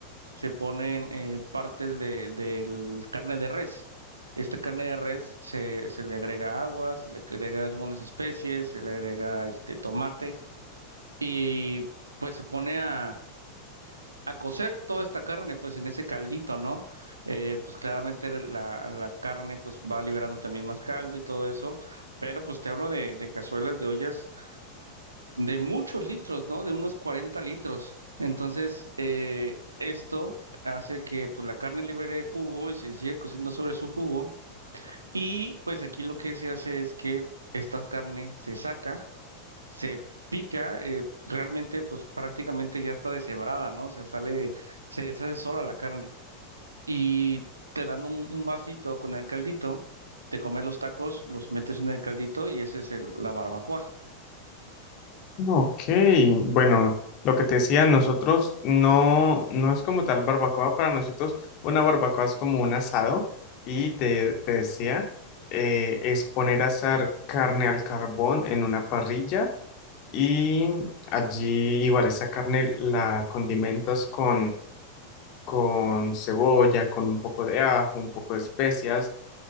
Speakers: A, on the right; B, on the left.
A: se ponen eh, partes de, del carne de res. Esta carne de res se, se le agrega agua, se le agrega algunas especies, se le agrega este tomate y pues se pone a, a cocer toda esta carne pues en ese caldito, ¿no? Eh, pues claramente la, la carne pues va liberando también más caldo y todo eso, pero pues te hablo de, de cazuelas, de ollas de muchos litros, ¿no? De unos 40 litros. Entonces, eh, esto hace que pues, la carne libere jugo y se sigue cociendo sobre su jugo. Y pues aquí lo que se hace es que esta carne se saca, se pica, eh, realmente pues prácticamente ya está deshebrada, ¿no? O sea, sale, se deshace sola la carne. Y te dan un, un vasito con el caldito, te comes los tacos, los metes en el caldito y ese es el- la barbacoa.
B: Ok, bueno, lo que te decía, nosotros no, no es como tal barbacoa, para nosotros una barbacoa es como un asado y te, te decía, eh, es poner a asar carne al carbón en una parrilla y allí igual esa carne la condimentas con, con cebolla, con un poco de ajo, un poco de especias